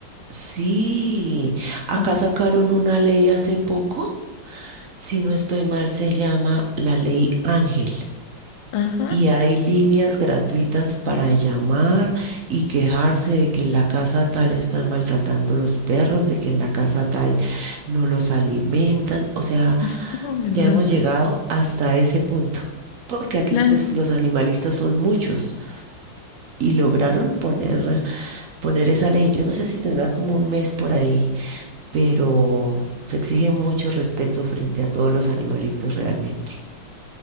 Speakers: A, on the right (about 65°); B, on the left (about 80°).
A: sí. Acá
B: Ah,
A: sacaron una ley hace poco, si no estoy mal, se llama la ley Ángel.
B: Ajá,
A: Y hay líneas gratuitas para llamar y quejarse de que en la casa tal están maltratando los perros, de que en la casa tal no los alimentan. O sea,
B: <laughs> Uy,
A: ya
B: no.
A: hemos llegado hasta ese punto, porque aquí
B: Claro,
A: pues los animalistas son muchos y lograron poner, poner esa ley. Yo no sé si tendrá como un mes por ahí, pero se exige mucho respeto frente a todos los animalitos realmente.